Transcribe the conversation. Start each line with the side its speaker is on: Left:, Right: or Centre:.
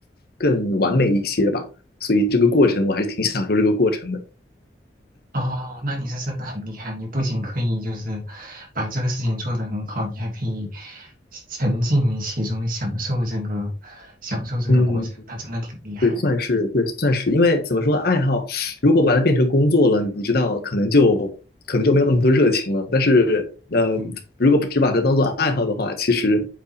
Left: 更完美一些吧，所以这个过程我还是挺享受这个过程的，
Right: 哦，那你是真的很厉害，你不仅可以就是把这个事情做得很好，你还可以沉浸于其中，享受这个享受这个过程，
Left: 嗯。
Right: 那真的挺厉害的。
Left: 对，算是对，算是，因为怎么说，爱好如果把它变成工作了，你知道，可能就可能就没有那么多热情了。但是，嗯，
Right: 嗯，
Left: 如果只把它当做爱好的话，其实，